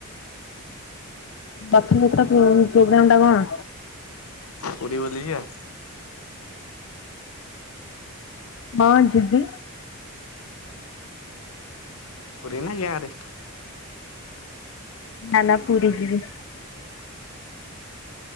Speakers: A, on the left (about 55°); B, on the left (about 75°).
A: ରଥଯାତ୍ରା କୁ ପ୍ରୋଗ୍ରାମ ଟା କଣ?
B: ପୁରୀ ବୁଲି ଯିବା?
A: ହଁ ଯିବି।
B: ପୁରୀ ନା ଗାଁ ରେ?
A: ନା ନା ପୁରି ଯିବି।